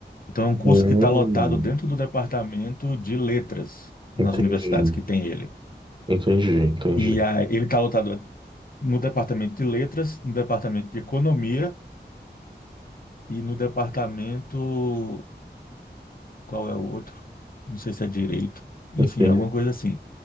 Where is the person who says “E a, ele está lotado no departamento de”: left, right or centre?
Left